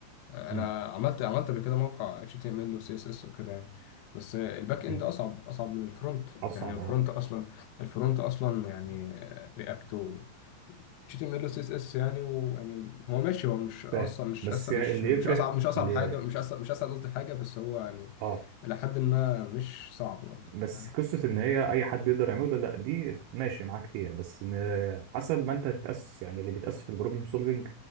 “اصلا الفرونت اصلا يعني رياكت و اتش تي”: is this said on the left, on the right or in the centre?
Left